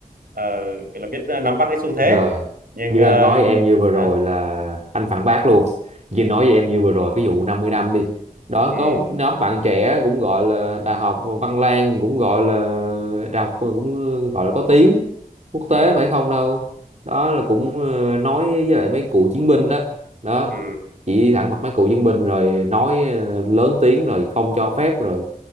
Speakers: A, on the right; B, on the right.
A: ờ, gọi là biết ờ, nắm bắt cái xu thế
B: Rồi,
A: nhưng
B: như
A: ờ,
B: anh nói em như vừa rồi
A: hả?
B: là anh phản bác luôn. Như nói với em như vừa rồi cái vụ 50 năm đi. Đó
A: ừ,
B: có một nhóm bạn trẻ cũng gọi là Đại học Văn Lang cũng gọi là đại học cũng gọi là có tiếng quốc
A: ừ,
B: tế mà phải không đâu. Đó là cũng ờ, nói với lại mấy cựu chiến binh đó. Đó.
A: ừ.
B: Chỉ thẳng mặt mấy cựu chiến binh rồi nói ờ, lớn tiếng rồi không cho phép rồi